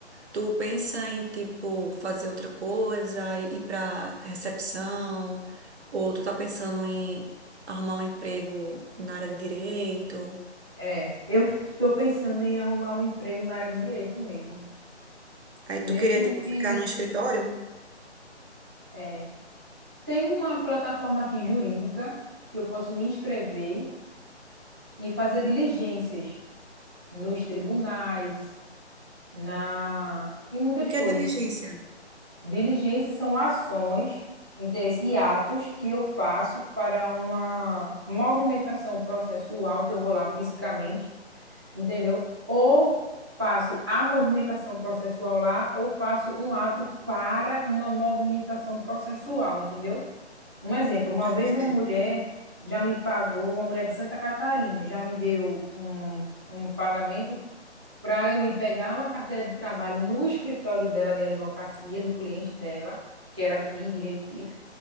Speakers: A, on the right (about 70°); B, on the right (about 20°).
A: Tu pensa em, tipo, fazer outra coisa, ir ir pra recepção, ou tu tá pensando em arrumar um emprego na área de direito.
B: É, eu estou pensando em arrumar um emprego na área de direito mesmo.
A: Aí
B: Mesmo
A: tu queria, tipo,
B: que
A: ficar no escritório?
B: é, tem uma plataforma aqui jurídica que eu posso me inscrever e fazer diligências nos tribunais, na e muitas
A: O que
B: coisas.
A: é diligência?
B: Diligências são ações, interesse e atos que eu faço para uma movimentação processual que eu vou lá fisicamente entendeu? Ou faço a movimentação processual lá, ou faço um ato para uma movimentação processual, entendeu? Um exemplo, uma
A: Tô
B: vez
A: entendendo.
B: uma mulher já me pagou, uma mulher de Santa Catarina, já me deu um, um pagamento para eu ir pegar uma carteira de trabalho no escritório dela de advocacia, do cliente dela, que era aqui de Recife,